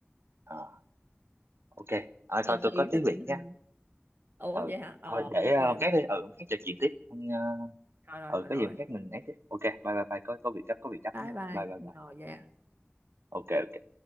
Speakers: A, on the right (about 80°); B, on the right (about 55°).
A: ờ, ok Ờ,
B: còn
A: thôi tôi
B: tùy
A: có tiếng
B: theo
A: Việt
B: tình
A: nha
B: hình ủa
A: ừ
B: vậy hả ờ
A: thôi để
B: ok
A: ờ,
B: bye
A: hôm khác
B: bye
A: đi ừ hôm khác trò chuyện tiếp Hôm,
B: rồi rồi
A: ờ,
B: rồi
A: ừ
B: rồi
A: có gì hôm khác mình ấy tiếp ok bye bye bye có có việc gấp có việc gấp
B: bye
A: nha
B: bye
A: bye bye bye
B: rồi vậy
A: ok ok